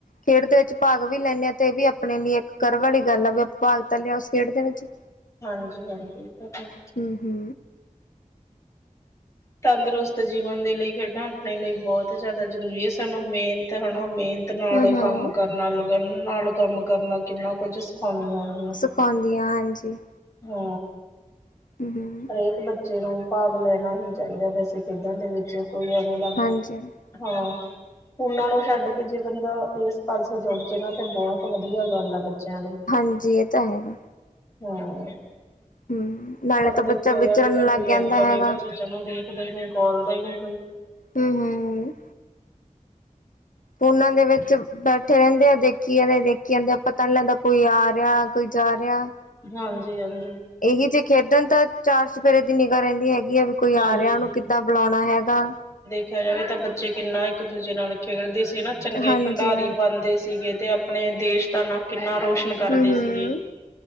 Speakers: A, on the left; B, on the left.
A: ਖੇਡ ਦੇ ਵਿੱਚ ਭਾਗ ਵੀ ਲੈਂਨੇ ਆ, ਤੇ ਵੀ ਅਪਨੇ ਲਈ ਏੱਕ ਕਰਵ ਵਾਲੀ ਗਾੱਲ ਐ, ਵੀ ਆਪਾਂ ਭਾਗ ਤਾਂ ਲੇਆ ਉਸ ਖੇਡ ਦੇ ਵਿੱਚ ਚ।
B: ਹਾਂਜੀ-ਹਾਂਜੀ, ਏ ਤਾ ਹੈ।
A: ਹੂੰ, ਹੂੰ।
B: ਤੰਦਰੁਸਤ ਜੀਵਨ ਦੇ ਲਈ ਖੇਡਾਂ ਆਪਣੇ ਲਈ ਬੋਤ ਜਾਦਾ ਜਰੂਰੀ ਐ, ਸਾਨੂੰ ਮ੍ਹੇਨਤ ਹਣਾ ਮ੍ਹੇਨ ਨਤ ਨਾਲ
A: ਹੂੰ-ਹੂੰ
B: ਕਾੰਮ ਕਰਨਾ, ਲਗਨ ਨਾਲ ਕਾੰਮ ਕਰਨਾ, ਕਿੰਨਾ ਕੁੱਝ ਸਿਖਾਉਂਦੀਆਂ
A: ਸਿਖੋਂਦੀਆਂ, ਹਾਂਜੀ।
B: ਹੂੰ।
A: ਹੂੰ, ਹੂੰ।
B: ਏਕ ਬੱਚੇ ਨੂੰ ਭਾਗ ਲੈਨਾ ਹੀ ਚਾਈਦੈ ਵੈਸੇ ਖੇਡਾਂ ਦੇ ਵਿੱਚ, ਕੋਈ ਐਵੇਂ ਦਾ
A: ਹਾਂਜੀ-ਹਾਂਜੀ
B: ਹਾਂ। ਫੂਨਾ ਨੂੰ ਛਾੱਡ ਕੇ ਜੇ ਬੰਦਾ ਏਸ ਪਾਸੇ ਜੁੜ ਜੇ ਨਾ, ਤੇ ਬੋਹਤ ਵਦੀਆ ਗਾੱਲ ਐ ਬੱਚੇਆਂ ਲਈ।
A: ਹਾਂਜੀ, ਏ ਤਾਂ ਹੈਗਾ।
B: ਹੂੰ।
A: ਹੂੰ, ਨਾਲੇ
B: ਪਰ
A: ਤਾਂ
B: ਦੇਖੇਆ
A: ਬੱਚਾ ਵਿਚਰਨ
B: ਜਾਵੇ ਤਾਂ
A: ਲੱਗ
B: ਕੋਈ
A: ਜਾਂਦਾ
B: ਅੱਜ-ਕੱਲ
A: ਹੈਗਾ।
B: ਏਨਾਂ ਚੀਜ਼ਾਂ ਨੂੰ ਦੇਖਦਾ ਈ ਨੀ ਕੋਲਦਾ ਈ ਨੀ ਕੋਈ।
A: ਹੂੰ, ਹੂੰ। ਫੋਨਾ ਦੇ ਵਿੱਚ ਬੈਠੇ ਰੈਂਦੇ ਆ, ਦੇਖੀ ਆਦੇ ਆ, ਦੇਖੀ ਆਂਦੇ ਆ, ਪਤਾ ਨੀ ਲੱਗਦਾ, ਕੋਈ ਆ ਰੇਆ, ਕੋਈ ਜਾ ਰੇਆ।
B: ਹਾਂਜੀ-ਹਾਂਜੀ।
A: ਇਹੀ ਜੇ ਖੇਡਣ ਤਾਂ ਚਾਰ ਚਫੇਰੇ ਦੀ ਨਿਗਾ ਰੈਂਦੀ ਹੈਗੀ ਆ ਵ ਕੋਈ
B: ਹਾਂਜੀ
A: ਆ ਰਿਆ ਉਨੂੰ ਕਿੱਦਾਂ ਬੁਲਾਉਣਾ ਹੈਗਾ।
B: ਰੱਖਿਆਂ ਜਾਵੇ ਤਾਂ ਬੱਚੇ ਕਿੰਨਾ ਇੱਕ ਦੂਜੇ ਨਾਲ ਖੇਡਦੇ ਸੀ ਨਾ, ਚੰਗੇ
A: ਹਾਂਜੀ,
B: ਖੰਡਾਰੀ ਬਣਦੇ ਸੀਗੇ ਤੇ ਅ ਪਣੇ ਦੇਸ਼ ਦਾ ਨਾਂ ਕਿੰਨਾ ਰੋਸ਼ਨ ਕਰਦੇ
A: ਹੂੰ-ਹੂੰ।
B: ਸੀਗੇ,